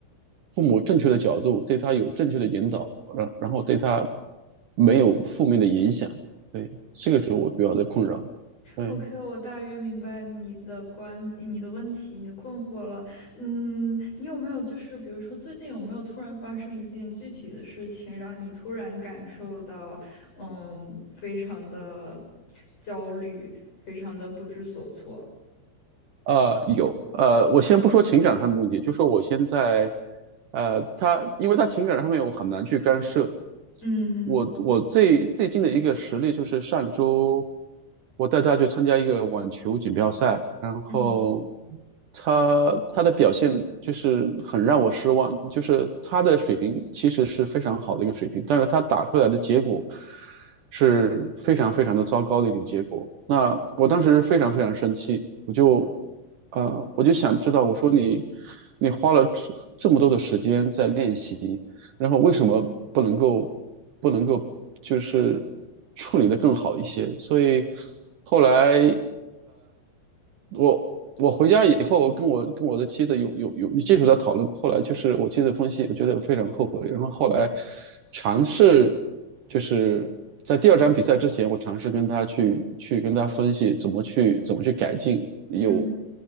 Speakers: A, on the right; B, on the left.
A: 父母正确的角度，对他有正确的引导，然然后对他没有负面的影响。对，这个是我比较的困扰。对。
B: ？OK，OK，我大约明白你的观、你的问题、你的困惑了。嗯，你有没有就是比如说最近有没有突然发生一件具体的事情，让你突然感受到嗯非常的焦虑，非常的不知所措？
A: 呃，有，呃，我先不说情感上的问题，就说我现在，呃，他，因为他情感上面我很难去干涉。
B: 嗯哼，
A: 我我最最近的一个实例就是上周，我带他去参加一个网球锦标赛，然后
B: 嗯
A: 他他的表现就是很让我失望，就是他的水平其实是非常好的一个水平，但是他打出来的结果。是非常非常的糟糕的一种结果。那我当时非常非常生气，我就，呃，我就想知道，我说你，你花了这这么多的时间在练习，然后为什么不能够，不能够就是处理得更好一些？所以后来我我回家以后跟我跟我的妻子有有有技术在讨论，后来就是我妻子分析，我觉得我非常后悔。然后后来尝试就是在第二场比赛之前，我尝试跟他去去跟他分析怎么去怎么去改进，有
B: 嗯